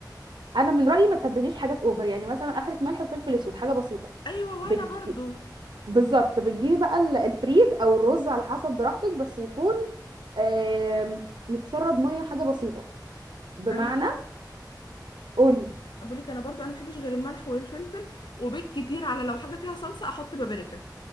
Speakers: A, on the right; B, on the left.
A: انا من رايي ما تتبليش حاجات اوفر يعني مثلا اخرك ملح وفلفل اسود حاجه بسيطه
B: ايوه وانا
A: بتج...
B: برضو
A: بالظبط بتجيبي بقى ال- الفريك او الرز على حسب براحتك بس يكون آم، متشرب ميه حاجه بسيطه بمعنى
B: انا
A: قولي
B: بقول لك انا برضو انا ما بحبش غير الملح والفلفل وبالكتير على لو حاجه فيها صلصه احط بابريكا